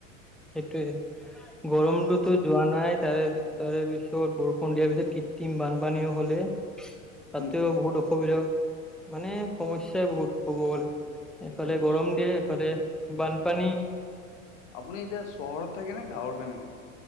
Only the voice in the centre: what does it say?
সেইটোয়ে। গৰমটোতো যোৱা নাই, তাৰে তাৰে পিছত বৰষুণ দিয়াৰ পিছত কৃতিম বানপানীও হলে। তাতেও
বহুত অসুবিধা, মানে সমস্্যাই বহুত ক'ব গলে। এইফালে
গৰম দিয়ে, এইফালে বানপানী।